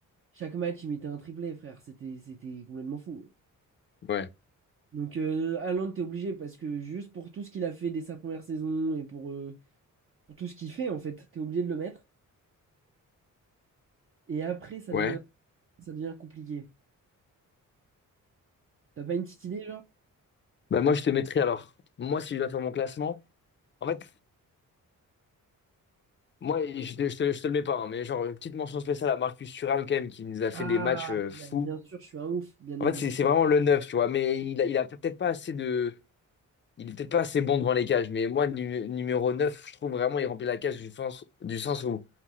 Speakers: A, on the right; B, on the left.
A: chaque match, il mettait un triplé, frère. C'était c'était complètement fou.
B: Ouais.
A: Donc, euh, Haaland, t'es obligé parce que juste pour tout ce qu'il a fait dès sa première saison et pour, euh, pour tout ce qu'il fait, en fait, t'es obligé de le mettre. Et après, ça
B: Ouais.
A: devient, ça devient compliqué. T'as pas une petite idée, genre?
B: Bah, moi, je te mettrais alors. Moi, si je dois faire mon classement, en fait, moi, je te, je te, je te le mets pas, hein, mais genre, une petite mention spéciale à Marcus Thuram, quand même, qui nous a fait
A: Ah,
B: des matchs euh,
A: bah,
B: fous.
A: bien sûr, je suis un ouf, bien
B: En
A: évidemment.
B: fait, c'est c'est vraiment le neuf, tu vois. Mais il a, il a peut-être pas assez de. Il est peut-être pas assez bon devant les cages. Mais moi, nu- numéro 9, je trouve vraiment il remplit la cage du sens, du sens où